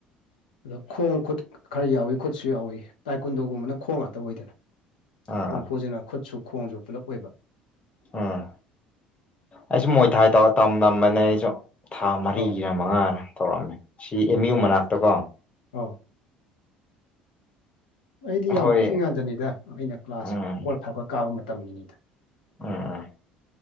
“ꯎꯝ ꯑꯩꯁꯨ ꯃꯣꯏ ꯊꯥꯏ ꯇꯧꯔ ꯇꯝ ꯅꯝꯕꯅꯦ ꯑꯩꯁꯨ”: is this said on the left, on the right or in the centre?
Left